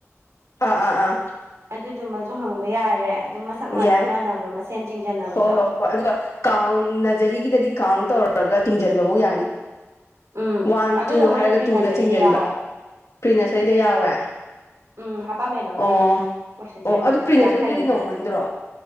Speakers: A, on the left (about 70°); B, on the right (about 80°).
A: ꯑꯥ ꯑꯥ ꯑꯥ
B: ꯑꯗꯨꯗꯨꯃꯖꯨ ꯍꯪꯕ ꯌꯥꯔꯦ ꯑꯗꯨꯝ ꯃꯁꯛ ꯃꯥꯟꯅ
A: ꯌꯥꯏ
B: ꯃꯥꯟꯅꯕ ꯃꯁꯦꯟ ꯆꯤꯡꯖꯟꯅꯕꯗꯣ
A: ꯍꯣꯏ ꯍꯣꯏ ꯍꯣꯏ ꯑꯗꯨꯒ ꯀꯥꯎꯟ ꯅꯖꯔꯤꯒꯤꯗꯗꯤ ꯀꯥꯎꯟ ꯇꯧꯔꯒ ꯆꯤꯡꯖꯟꯕꯕꯧ ꯌꯥꯅꯤ
B: ꯎꯝ
A: ꯋꯥꯟ
B: ꯑꯗꯨꯗꯣ
A: ꯇꯨ
B: ꯃꯣꯏꯅ
A: ꯍꯥꯏꯔꯒ
B: ꯄ꯭ꯔꯤ ꯅꯖꯔꯤꯗ
A: ꯇꯨꯗ ꯆꯤꯡꯖꯟꯕ
B: ꯌꯥꯎꯋꯦ
A: ꯄ꯭ꯔꯤꯅꯁꯔꯤꯗ ꯌꯥꯎꯋꯦ
B: ꯎꯝ ꯍꯥꯞꯄꯝꯃꯦꯕ ꯃꯣꯏꯅ
A: ꯑꯣ
B: ꯀꯣꯏꯁꯟ
A: ꯑꯣ
B: ꯁꯦꯝꯕꯗꯨꯗ
A: ꯑꯗꯨ ꯄ꯭ꯔꯤ ꯅꯁꯔꯤꯗꯗꯤ
B: ꯌꯥꯡꯈꯩꯒꯤꯗꯨꯗ
A: ꯅꯧꯃꯟꯗ꯭ꯔꯣ